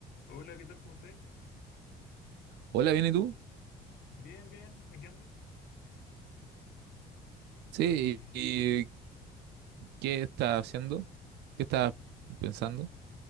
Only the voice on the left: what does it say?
Hola, ¿qué tal? ¿Cómo estáis?
Bien, bien, aquí ando.
Eh,